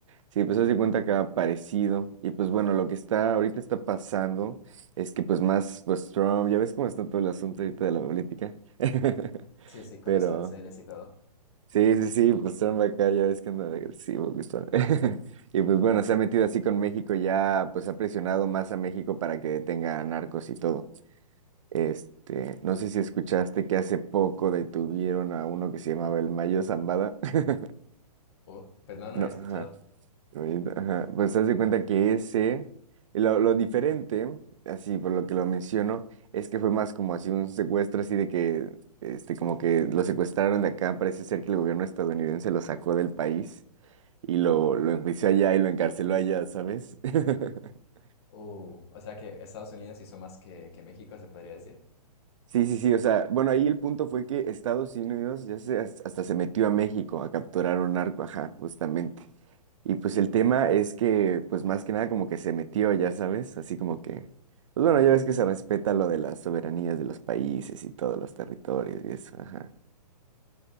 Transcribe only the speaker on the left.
Sí, sí, con
los aranceles y todo.
Uh, pues no, no
había
escuchado.
Uh, o sea que Estados Unidos hizo más que, que México, se podría decir.